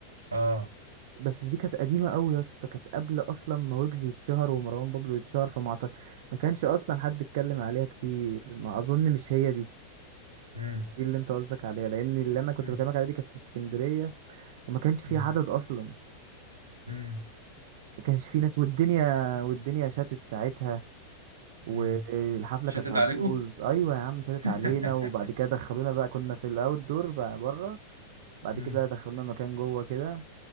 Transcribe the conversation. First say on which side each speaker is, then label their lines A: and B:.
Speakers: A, on the right; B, on the right.
A: اه
B: بس دي كانت قديمه قوي يا اسطى كانت قبل اصلا ما ويجز يتشهر ومروان بابلو يتشهر فما أعتق- ما كانش اصلا حد اتكلم عليها كتير ما اظن مش هي دي
A: امم
B: مش دي اللي انت قصدك عليها لان اللي انا كنت
A: امم
B: بكلمك عليها دي كانت في اسكندريه وما كانش في
A: امم
B: عدد اصلا
A: امم
B: ما كانش في ناس والدنيا والدنيا شتت ساعتها والحفله
A: امم شتت
B: كانت هتبوظ
A: عليكم
B: ايوه يا عم شتت
A: <laughs>
B: علينا وبعد كده دخلونا بقى كنا في الاوت دور بقى بره بعد
A: امم
B: كده دخلونا مكان جوه كده